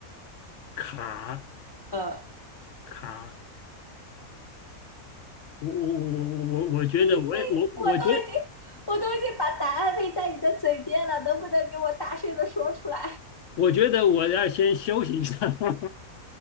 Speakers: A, on the left; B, on the left.
A: 卡
B: 呃，
A: 卡，我我我我我我觉得我也我我觉得
B: 已经，我都已经，我都已经把答案喂在你的嘴边了，能不能给我大声的说出来？
A: 我觉得我要先休息一下，<laughs> 回